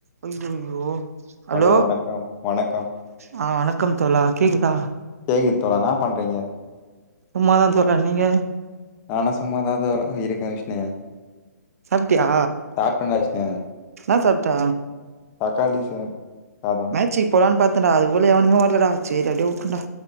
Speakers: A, on the right; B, on the left.
A: அய்யய்யோ hello
B: hello வணக்கம் வணக்கம்
A: ஆ வணக்கம் தோழா கேக்குதா
B: கேக்குது தோழா என்னா பண்றீங்க
A: சும்மாதா தோழா நீங்க
B: நானொ சும்மாதா தா இருக்கே விஷ்ணு
A: சாப்ட்டியா
B: சாப்ட்டேன்டா விஷ்ணு
A: என்னா சாப்ட்ட
B: தக்காளி சா சாதம்
A: மேச்சிக்கு போலான்னு பாத்தென்டா அது போல எவனுமே வர்லடா சேரி அப்டியே வுட்டேன்டா